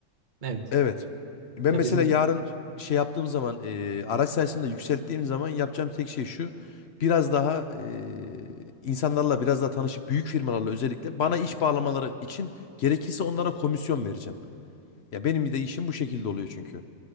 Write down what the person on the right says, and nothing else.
evet.
Ya
Evet. bizim